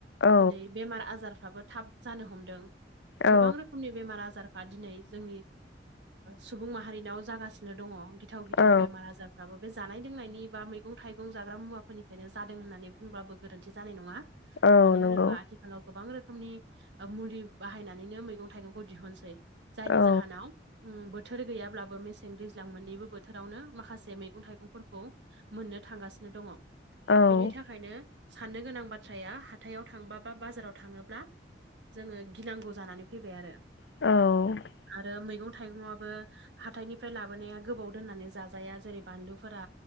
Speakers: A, on the left; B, on the right.
A: औ
B: दिनै बेमार आजारफ्राबो थाब जानो हमदों
A: औ
B: गोबां रोखोमनि बेमार आजारफा दिनै जोंनि सुबुं माहारिनाव जागासिनो दङ। गिथाव गिथाव
A: औ
B: बेमार आजारफ्राबो बे जानाय लोंनायनि बा मैगं थाइगं जाग्रा मुवाफोरनिफ्रायनो। जादों होननानै बुंब्लाबो गोरोन्थि जानाय नङा
A: औ
B: मानो
A: नंगौ
B: होनोबा आथिखालाव गोबां रोखोमनि ओ मुलि बाहायनानैनो मैगं थाइगंखौ दिहुनसै। जायनि
A: औ
B: जाहोनाव ओम बोथोर गैयाब्लाबो मेसें दैज्लां मोननैबो बोथोरावनो माखासे मैगं थाइगंफोरखौ मोननो थांगासिनो दङ।
A: औ
B: बिनि थाखायनो साननो गोनां बाथ्राया हाथायाव थांब बा बाजाराव थाङोब्ला जोङो गिनांगौ जानानै फैबाय आरो।
A: औ।
B: आरो मैगं थाइगंआबो हाथथायनिफ्राय लाबोनाया गोबाव दोननानै जाजाया जेरै बानलुफोरा